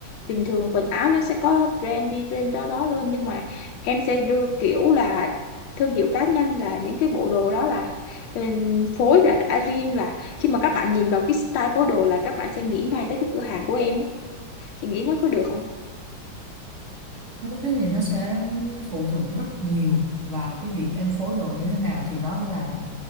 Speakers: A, on the left; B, on the right.
A: bình thường quần áo nó sẽ có brand đi lên đó đó luôn nhưng mà em sẽ đưa kiểu là thương hiệu cá nhân là những cái bộ đồ đó là ừm, phối là đã riêng là khi mà các bạn nhìn vào cái style phối đồ là các bạn sẽ nghĩ ngay tới cái cửa hàng của em á. thì nghĩ nó có được không
B: nếu thế thì nó sẽ phụ thuộc rất nhiều vào cái việc em phối đồ như thế nào thì nó là